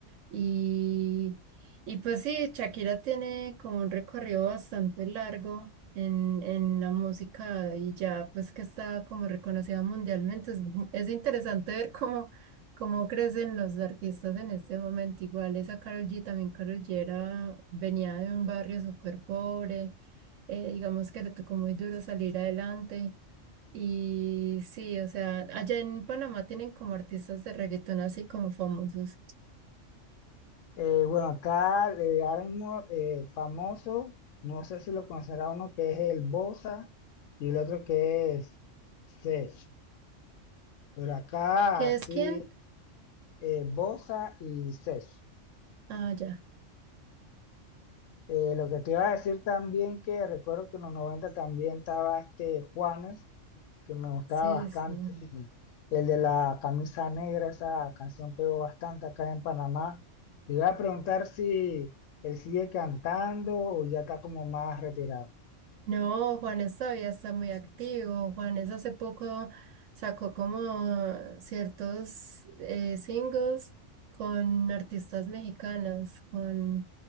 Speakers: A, on the right (about 80°); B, on the left (about 80°).
A: y, y pues sí, Shakira tiene como un recorrido bastante largo en, en la música y ya pues que está como reconocida mundialmente. Es, <laughs> mu- es interesante ver cómo, cómo crecen los artistas en este momento. Igual esa Karol G, también Karol G era- venía de un barrio súper pobre, eh, digamos que le tocó muy duro salir adelante. Y sí, o sea, allá en Panamá tienen como artistas de reggaetón así como famosos.
B: Eh, bueno, acá eh, ahora mismo eh, famoso, no sé si lo conocerá uno que es el Bosa y el otro que es Sech. Pero acá
A: ¿Qué es
B: sí
A: quién?
B: eh, Bosa y Sech.
A: Ah, ya.
B: Eh, lo que te iba a decir también que recuerdo que en los 90 también estaba este Juanes, que me gustaba
A: Sí,
B: bastante,
A: sí.
B: y el de la camisa negra, esa canción pegó bastante acá en Panamá. Te iba a preguntar si él sigue cantando o ya está como más retirado.
A: No, Juanes todavía está muy activo. Juanes hace poco sacó como ciertos eh, singles con artistas mexicanas, con